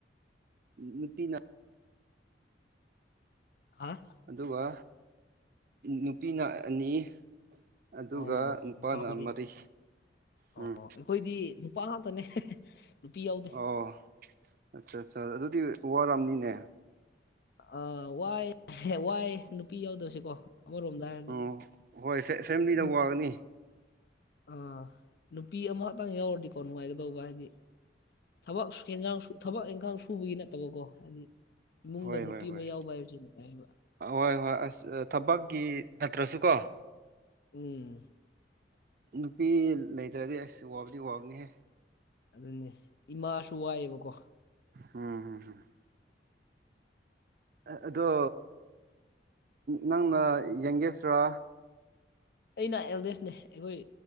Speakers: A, on the right (about 50°); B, on the left (about 55°).
A: ꯅꯨꯄꯤꯅ
B: ꯍꯥ
A: ꯑꯗꯨꯒ ꯅꯨꯄꯤꯅ ꯑꯅꯤ ꯑꯗꯨꯒ
B: ꯑꯣ
A: ꯅꯨꯄꯥꯅ
B: ꯅꯨꯄꯥ
A: ꯃꯔꯤ
B: ꯑꯣ
A: ꯎꯝ
B: ꯑꯩꯈꯣꯏꯗꯤ ꯅꯨꯄꯥ ꯉꯥꯛꯇꯅꯦ ꯅꯨꯄꯤ ꯌꯥꯎꯗꯦ
A: ꯑꯣ ꯑꯠꯆꯥ ꯑꯠꯆꯥ ꯑꯗꯨꯗꯤ ꯋꯥꯔꯝꯅꯤꯅꯦ
B: ꯑ ꯋꯥꯏ ꯋꯥꯏ ꯅꯨꯄꯤ ꯌꯥꯎꯗ꯭ꯔꯁꯤꯀꯣ ꯑꯃꯔꯣꯝꯗ ꯍꯥꯏꯔꯗꯤ
A: ꯎꯝ ꯍꯣꯏ ꯐꯦꯃꯤꯂꯤꯗ
B: ꯅꯨꯄꯤ
A: ꯋꯥꯒꯅꯤ
B: ꯑꯥ ꯅꯨꯄꯤ ꯑꯃꯈꯛꯇꯪ ꯌꯥꯎꯔꯗꯤꯀꯣ ꯅꯨꯡꯉꯥꯏꯒꯗꯧꯕ ꯍꯥꯏꯗꯤ ꯊꯕꯛ ꯌꯦꯟꯁꯥꯡ ꯊꯕꯛ ꯏꯟꯈꯥꯡ ꯁꯨꯕꯒꯤ ꯅꯠꯇꯕꯀꯣ ꯍꯥꯏꯗꯤ ꯏꯃꯨꯡꯗ
A: ꯍꯣꯏ
B: ꯅꯨꯄꯤ
A: ꯍꯣꯏ
B: ꯑꯃ
A: ꯍꯣꯏ
B: ꯌꯥꯎꯕ ꯍꯥꯏꯕꯁꯤ ꯅꯨꯡꯉꯥꯏꯌꯦꯕ
A: ꯍꯣꯏ ꯍꯣꯏ ꯑꯁ ꯊꯕꯛꯀꯤ ꯅꯠꯇ꯭ꯔꯁꯨ ꯀꯣ
B: ꯎꯝ
A: ꯅꯨꯄꯤ ꯂꯩꯇ꯭ꯔꯗꯤ ꯑꯁ ꯋꯥꯕꯗꯤ ꯋꯥꯕꯅꯤꯍꯦ
B: ꯑꯗꯨꯅꯦ ꯏꯃꯥꯁꯨ ꯋꯥꯏꯑꯕꯀꯣ
A: ꯎꯝ ꯍꯝꯝ ꯑꯗꯣ ꯅꯪꯅ ꯌꯦꯡꯒꯦꯁ꯭ꯔꯥ
B: ꯑꯩꯅ ꯑꯦꯜꯗꯦꯁꯅꯦ ꯑꯩꯈꯣꯏ